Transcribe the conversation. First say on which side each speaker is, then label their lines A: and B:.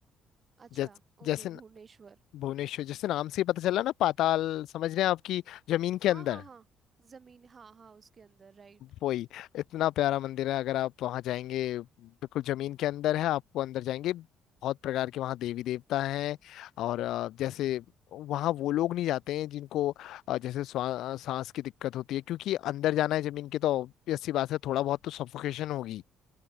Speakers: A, on the right (about 30°); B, on the left (about 75°).
A: अच्छा
B: जैस, जैसे
A: ओके भुवनेश्वर
B: भुवनेश्वर जैसे नाम से ही पता चला ना पाताल समझ रहे हैं आपकी जमीन के
A: हाँ
B: अंदर
A: हाँ हाँ जमीन हाँ हाँ उसके अंदर राइट
B: वही इतना प्यारा मंदिर है अगर आप वहां जाएंगे बिल्कुल जमीन के अंदर है आपको अंदर जाएंगे बहुत प्रकार के वहाँ देवी देवता हैं और अ, जैसे वहाँ वो लोग नहीं जाते हैं जिनको अ, जैसे स्वा- सांस की दिक्कत होती है क्योंकि अंदर जाना है जमीन के तो obvious सी बात है थोड़ा बहुत तो सफोकेशन होगी